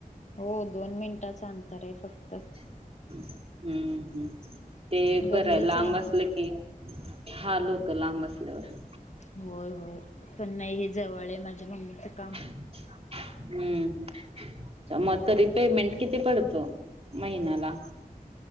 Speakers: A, on the left; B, on the right.
A: हो दोन मिनिटाचं अंतर आहे फक्त
B: हम्म हम् ते एक
A: गल्लीच
B: बर आहे लांब असलं
A: ना.
B: की हालोत लांब असल्यावर
A: होय होय पण नाही हे जवळ आहे माझ्या मम्मीचं काम
B: हम्म मग तर रिपेमेंट किती पडतो महिन्याला